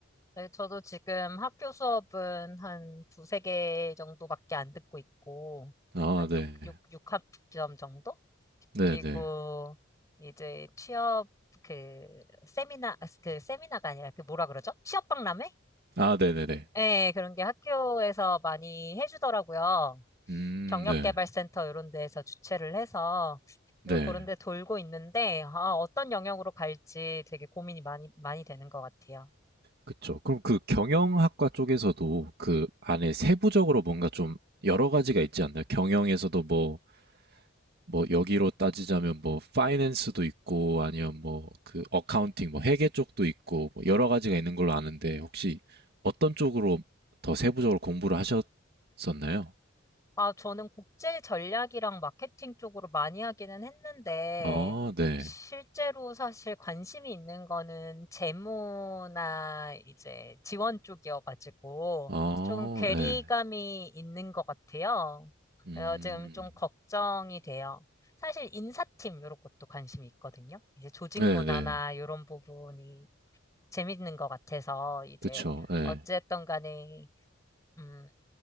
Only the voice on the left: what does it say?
네, 저도 지금 학교 수업은 한 두세 개 정도밖에 안 듣고 있고,
한
육육 육 학점 정도?
그리고
이제 취업 그 세미나 아, 그 세미나가 아니라 그 뭐라 그러죠? 취업 박람회?
예, 그런 게 학교에서 많이 해주더라고요.
경력개발센터
이런 데에서 주최를 해서 그래서
그런 데 돌고 있는데 아, 어떤 영역으로 갈지 되게 고민이 많이 많이 되는 것 같아요.
아, 저는 국제 전략이랑 마케팅 쪽으로 많이 하기는 했는데,
실제로 사실 관심이 있는 거는 재무나 이제 지원 쪽이어가지고,
좀 괴리감이
있는 것 같아요.
그래서 지금 좀 걱정이 돼요. 사실 인사팀 이런 것도 관심이 있거든요. 이제 조직
문화나 이런 부분이 재밌는 것 같아서, 이제
어쨌든 간에 음,